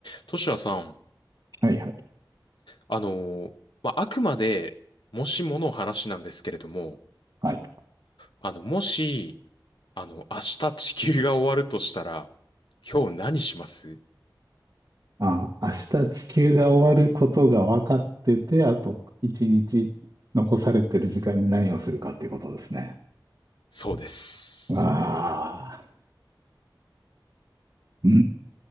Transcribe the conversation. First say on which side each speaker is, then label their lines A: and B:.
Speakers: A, on the left; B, on the right.
A: トシヤさん、
B: はいはい。
A: あのーまあ、あくまで、もしもの話なんですけれども、
B: はい。
A: あの、もし、あの、明日地球が終わるとしたら、今日何します
B: あ、明日地球が終わることが分かってて、あと一日残されてる時間に何をするかっていうことですね。
A: そうです。
B: わあ、うー